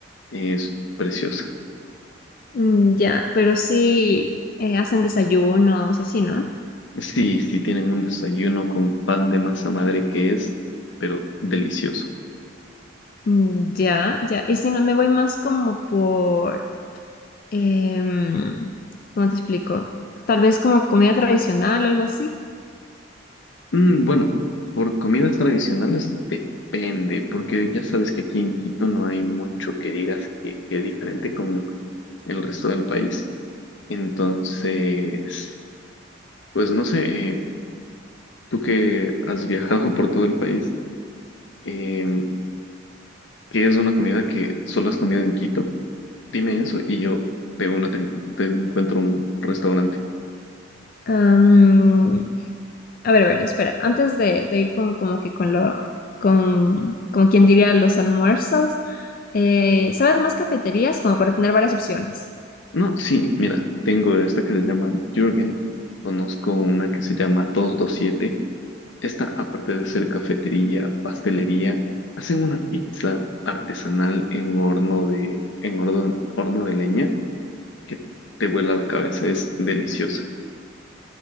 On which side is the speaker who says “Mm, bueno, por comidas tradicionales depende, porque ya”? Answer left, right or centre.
Left